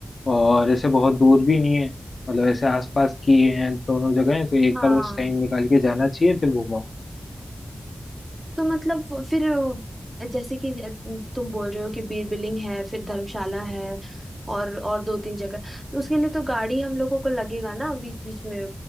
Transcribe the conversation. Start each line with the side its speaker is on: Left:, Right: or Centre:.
Left: और ऐसे बहुत दूर भी नहीं है मतलब ऐसे आसपास की हैं दोनों जगहें तो एक
Right: हाँ
Left: बार बस टाइम निकाल के जाना चाहिए फिर घूमो
Right: तो मतलब वो- फिर अ, जैसे कि अ, तुम बोल रहे हो कि बीर बिलिंग है फिर धर्मशाला है और और दो तीन जगह तो उसके लिए तो गाड़ी हम लोगों को लगेगा ना बीच बीच में